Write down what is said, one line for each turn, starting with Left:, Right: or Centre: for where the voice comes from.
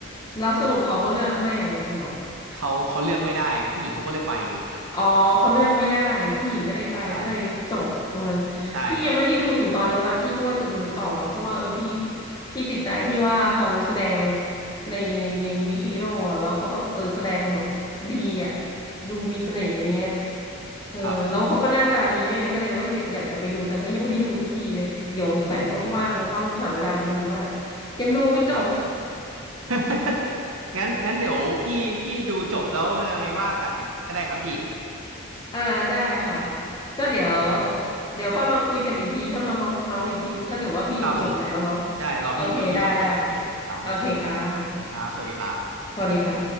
Left: แล้วสรุปเขาก็เลือกแม่อย่างนี้เหรอ
Right: เขาเขาเลือกไม่ได้ผู้หญิงเขาก็เลยไปเลย
Left: อ๋อเขาเลือกไม่ได้ผู้หญิงก็ได้ไปก็เลยจบตรงนั้นพี่ยังไม่ได้ดูถึงตอนนั้นละพี่ก็ว่าจะดูต่อแล้วเพราะว่าเออพี่
Right: ใช่ใช่ครับ
Left: พี่ติดใจที่ว่าเขาแสดงในในในวีฮีโร่อะแล้วเขาแบบเออแสดงแบบดีอะดูมีเสน่ห์อะไรเงี้ยเออแล้วเขาก็หน้าตาดีด้วยไงก็เลยว่าอยากจะไปดูแต่ก็ยังไม่ได้ดูสักทีเลยเดี๋ยวใส่ว่างๆจะต้องหาเวลาไปดูแล้วแหละ
Right: ครับอืม
Left: ยังดูไม่จบ
Right: ครับ <laughs> งั้นงั้นเดี๋ยวพี่พี่ดูจบแล้วยังไงว่ากันก็ได้ครับพี่
Left: อ่าได้ค่ะก็เดี๋ยว
Right: ครับผม
Left: เดี๋ยวค่อยมาคุยกันอีกทีถ้ามาเมาเมาอีกทีถ้าเกิดว่าพี่ดูจบแล้วเนาะ
Right: ครับผมใช่รอพี่ดูพี่จบก่อนโอเคครับผม
Left: โอเคได้ได้โอเคค่ะค่ะ
Right: ครับสวัสดีครับ
Left: สวัสดีค่ะ